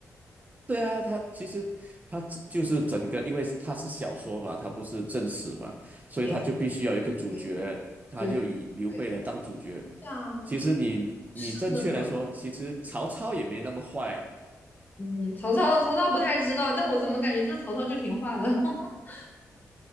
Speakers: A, on the right; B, on the left.
A: 对啊，他其实他只就是整个，因为他是小说嘛，他不是正史嘛，所以他就必须要有一个主角，
B: 对对
A: 他就以刘备来当主角。
B: 对对，对啊，
A: 其实你你正确来说，
B: 是的，
A: 其实曹操也没那么坏。
B: 嗯，曹操曹操不太知道，但我怎么感觉就曹操就挺坏的？<laughs>